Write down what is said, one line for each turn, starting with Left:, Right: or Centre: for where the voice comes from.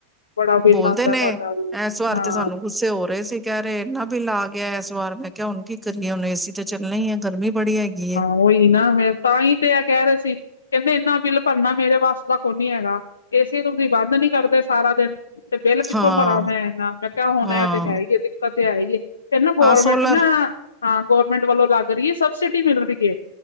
Left: ਬੜਾ ਬਿੱਲ
Centre: ਬੋਲਦੇ
Left: ਆਉਂਦਾ
Centre: ਨੇ,
Left: ਸਾਡਾ ਵੀ
Centre: ਐਸ ਵਾਰ
Left: ਹਾਂ
Centre: ਤੇ ਸਾਨੂੰ ਗੁੱਸੇ ਹੋ ਰਏ ਸੀ, ਕੈ ਰੈ ਏਨਾ ਬਿੱਲ ਆ ਗਿਆ ਇਸ ਵਾਰ। ਮੈਂ ਕੈਆ ਹੁਣ ਕੀ ਕਰੀਏ ਹੁਣ ਏਸੀ ਤੇ ਚੱਲਨਾ ਈ ਏ, ਗਰਮੀ ਬੜੀ ਹੈਗੀ ਏ।
Left: ੳਈ ਨਾ ਫੇਰ ਤਾਂਈ ਤੇ ਐ ਕੈ ਰੈ ਸੀ ਕੈਂਦੇ ਏਨਾ ਬਿੱਲ ਭਰਨਾ ਮੇਰੇ ਵਸ ਦਾ ਕੋਨੀ ਹੈਗਾ, ਏਸੀ ਤੁਸੀ ਬੰਦ ਨੀ ਕਰਦੇ ਸਾਰਾ ਦਿਨ। ਤੇ ਬਿੱਲ ਕਿੱਥੋਂ
Centre: ਹਾਂ,
Left: ਭਰਾਂ ਮੈਂ ਏਨਾ। ਮੈਂ ਕੈਆ ਹੋਣ
Centre: ਹਾਂ,
Left: ਐ ਤੇ ਹੈਈ ਏ ਦਿੱਕਤ ਤੇ ਹੈਈ ਏ। ਫੇਰ ਨਾ ਗੋਰਮੈਂਟ
Centre: ਹਾਂ ਸੋਲਰ
Left: ਨਾ ਹਾਂ ਗੌਰਮੈਂਟ ਵੱਲੋਂ ਲੱਗ ਰਈ ਏ, ਸਬਸਿਡੀ ਮਿਲ ਰਈ ਏ,